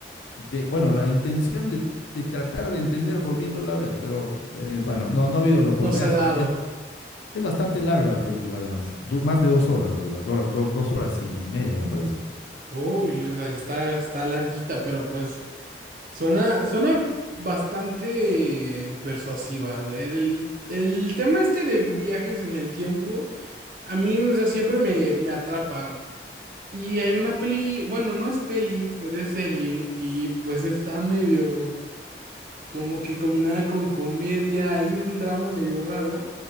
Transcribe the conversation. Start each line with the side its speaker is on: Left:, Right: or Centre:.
Left: de, bueno, la intención de, de tratar de entender volviéndola a ver, pero eh, bueno, no, no ha habido la
Right: Nos
Left: oportunidad.
Right: ha dado.
Left: Es, es- bastante larga la película, además. Du- más de dos horas dura, dura- do- dos horas y media, me parece.
Right: Uy, o sea, está, está larguita, pero pues. Suena, suena bastante persuasiva. El, el tema este de viajes en el tiempo, a mí, o sea, siempre me, me atrapa. Y hay una peli, bueno, no es peli, pero es serie, y pues está medio como que combinada con comedia y un drama medio raro,